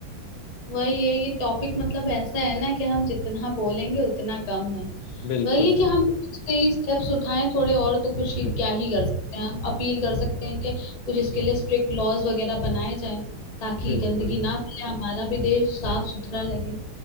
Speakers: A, on the left; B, on the left.
A: वही है ये टॉपिक मतलब ऐसा है ना कि हम जितना बोलेंगे उतना कम है
B: बिल्कुल
A: वही है
B: बिल्कुल
A: कि हम कुछ कई स्टेप्स उठाएं थोड़े और तो कुछ ही
B: बिल्कुल
A: क्या ही कर सकते हैं हम अपील कर सकते हैं कि कुछ इसके लिए स्ट्रिक्ट लॉज वगैरह बनाए जाएं ताकि
B: बिल्कुल
A: गंदगी ना फैले हमारा भी देश साफ सुथरा लगे